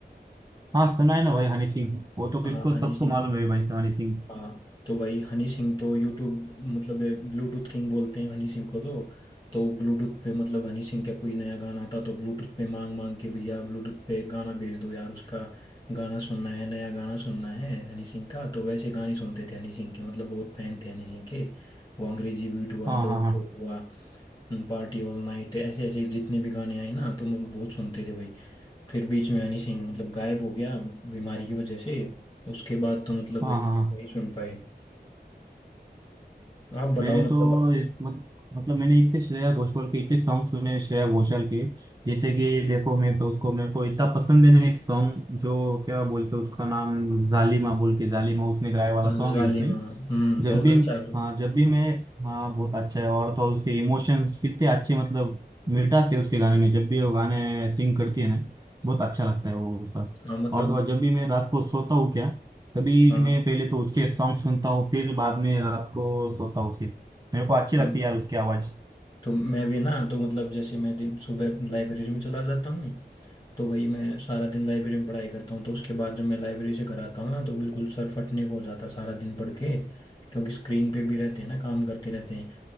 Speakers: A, on the right; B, on the left.
A: हाँ सुना है ना भाई हनी सिंह वो तो किसको
B: हाँ हनी
A: सबको
B: सिंह
A: मालूम है भाई हनी सिंह
B: हाँ तो भाई हनी सिंह तो यूट्यूब मतलब ब्लूटूथ किंग बोलते हैं हनी सिंह को तो तो ब्लूटूथ पे मतलब हनी सिंह का कोई नया गाना आता तो ब्लूटूथ पे मांग मांग के भैया ब्लूटूथ पे गाना भेज दो यार उसका गाना सुनना है नया गाना सुनना है हनी सिंह का तो वैसे गाने सुनते थे हनी सिंह के मतलब बहुत फैन थे हनी सिंह के वो अंग्रेजी बीट हुआ
A: हाँ
B: डोप
A: हाँ हाँ
B: शोप हुआ पार्टी ऑल नाइट ऐसे ऐसे जितने भी गाने आए ना तो हम बहुत सुनते थे भाई फिर बीच में हनी सिंह मतलब गायब हो गया बीमारी की वजह से उसके बाद तो मतलब
A: हाँ
B: नहीं
A: हाँ हाँ
B: सुन पाए आप बताओ
A: मैंने
B: मतलब
A: तो इस- मत, मतलब मैंने इतने श्रेया घोषाल के इतने सॉन्ग सुने श्रेया घोषाल के जैसे कि देखो मैं तो उसको मेरे को इतना पसंद है ना एक सॉन्ग जो क्या बोलते हैं उसका नाम जालिमा बोल के जालिमा उसने गाया वाला
B: अ,
A: सॉन्ग
B: जालिमा
A: है उसने
B: हम्म
A: जब
B: बहुत
A: भी
B: अच्छा है <laughs> वो।
A: हाँ जब भी मैं हाँ बहुत अच्छा है और तो और उसके इमोशंस कितने अच्छे मतलब मिठास है उसके गाने में जब भी वो गाने सिंग करती है ना बहुत अच्छा लगता है वो उसका
B: हाँ मतलब
A: और तो और जब भी मैं रात को सोता हूँ क्या तभी
B: हाँ
A: मैं पहले तो उसके सॉन्ग सुनता हूँ फिर बाद में रात को सोता हूँ फिर मेरे को अच्छी लगती
B: हम
A: है यार उसकी आवाज़
B: तो मैं भी ना तो मतलब जैसे मैं दिन सुबह लाइब्रेरी में चला जाता हूँ तो भाई मैं सारा दिन लाइब्रेरी में पढ़ाई करता हूँ तो उसके बाद जब मैं लाइब्रेरी से घर आता हूँ ना तो बिल्कुल सर फटने को हो जाता है सारा दिन पढ़ के क्योंकि स्क्रीन पे भी रहते हैं ना काम करते रहते हैं